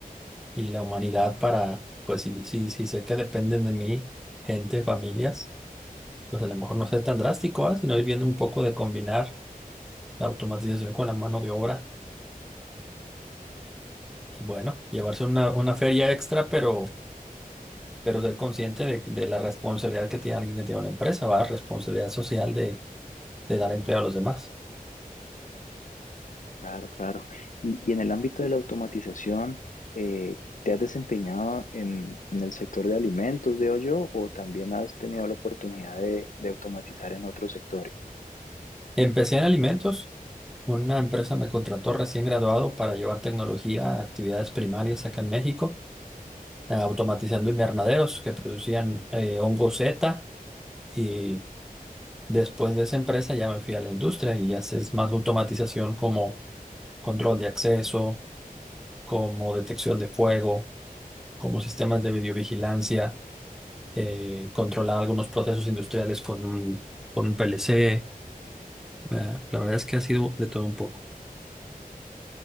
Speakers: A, in the centre; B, on the left.
A: y la humanidad para, pues si, si, si sé que dependen de mí gente, familias, pues a lo mejor no ser tan drástico, ¿ah? sino ir viendo un poco de combinar la automatización con la mano de obra Y bueno, llevarse una, una feria extra, pero, pero ser consciente de, de la responsabilidad que tiene alguien que tiene una empresa, va, responsabilidad social de, de dar empleo a los demás.
B: Claro, claro. Y, y en el ámbito de la automatización, eh, ¿te has desempeñado en, en el sector de alimentos, veo yo, o también has tenido la oportunidad de de automatizar en otros sectores?
A: Empecé en alimentos, una empresa me contrató recién graduado para llevar tecnología a actividades primarias acá en México, eh, automatizando invernaderos que producían eh, hongo Z y después de esa empresa ya me fui a la industria y ya es más automatización como control de acceso, como detección de fuego como sistemas de videovigilancia, eh, controlar algunos procesos industriales con un, con un PLC. Eh, la verdad es que ha sido de todo un poco.